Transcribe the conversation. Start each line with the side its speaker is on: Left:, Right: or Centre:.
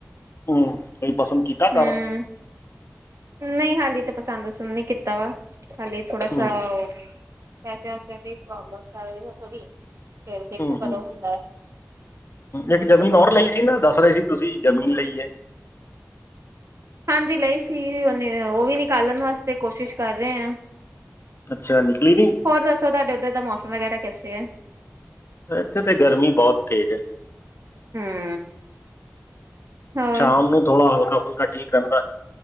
Left: ਹੂ ਕੋਈ ਪਸੰਦ ਕੀਤਾ
Right: ਹੂੰ
Left: ਘਰ।
Right: ਨਹੀਂ ਹਲੇ ਤਾਂ ਪਸੰਦ ਸਣ ਨਹੀਂ ਕੀਤਾ ਹਲੇ ਥੋੜਾ
Left: ਹੂੰ
Right: ਸ। ਪੈਸੇ ਵਸਿਆਂ ਦੀ ਪ੍ਰੋਬਲਮ ਚੱਲ ਰਹੀ ਹੈ ਥੋੜੀ। ਫੇਰ ਦੇਖੋ
Left: ਹੂ
Right: ਕਦੋਂ
Left: ਹੂ
Right: ਹੁੰਦਾ
Left: ਇੱਕ ਜ਼ਮੀਨ
Right: ਜਦੋਂ
Left: ਔਰ ਲਈ ਸੀ ਨਾ ਦੱਸ ਰਹੇ ਸੀ ਤੁਸੀਂ ਜ਼ਮੀਨ ਲਈ ਹੈ।
Right: ਹਾਂਜੀ ਲਈ ਸੀ ਉਹਨੇ ਉਹ ਵੀ ਨਿਕਾਲਣ ਵਾਸਤੇ ਕੋਸ਼ਿਸ਼ ਕਰ ਰਹੇ ਹਾਂ।
Left: ਅੱਛਾ ਨਿਕਲੀ ਨਹੀਂ।
Right: ਹੋਰ ਦੱਸੋ ਤੁਹਾਡੇ ਉੱਧਰ ਦਾ ਮੌਸਮ ਵਗੈਰਾ ਕੈਸੇ ਹੈ।
Left: ਇੱਥੇ ਤੇ ਗਰਮੀ ਬਹੁਤ ਤੇਜ਼ ਹੈ।
Right: ਹੂੰ ਹੋਰ
Left: ਸ਼ਾਮ ਨੂੰ ਥੋੜਾ ਹਲਕਾ ਫੁਲਕਾ ਠੀਕ ਰਹਿੰਦਾ।